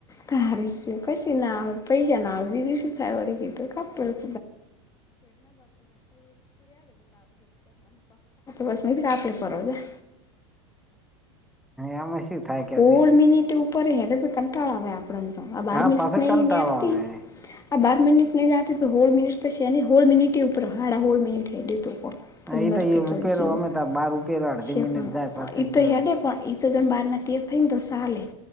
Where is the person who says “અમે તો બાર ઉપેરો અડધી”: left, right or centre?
Centre